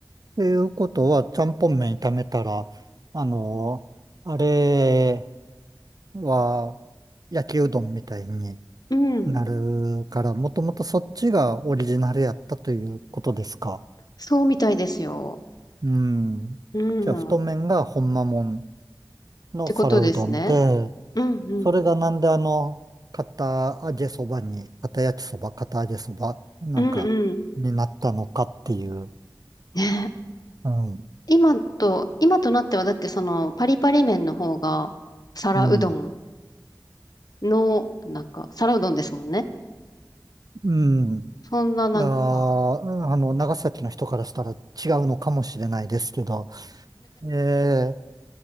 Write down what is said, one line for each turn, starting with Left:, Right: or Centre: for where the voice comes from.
Right: ということは、ちゃんぽん麺炒めたら、あの、あれは焼きうどんみたいに
Left: うん、
Right: なるから、もともとそっちがオリジナルやったということですか。
Left: そうみたいですよ。
Right: うん。
Left: うん、
Right: じゃあ、太麺がほんまもん
Left: っ
Right: の皿うどんで、
Left: てことですね。うん、うん、
Right: それがなんであの、片揚げそばに、片焼きそば、片揚げそば、なんか、
Left: うん、うん、うん。
Right: になったのかっていう、
Left: ね
Right: うん、
Left: 今と、今となってはだってそのパリパリ麺の方が皿うどん
Right: うん、
Left: の、なんか皿うどんですもんね。
Right: うん。
Left: そんななんか、
Right: いやーあの、長崎の人からしたら違うのかもしれないですけど、えー、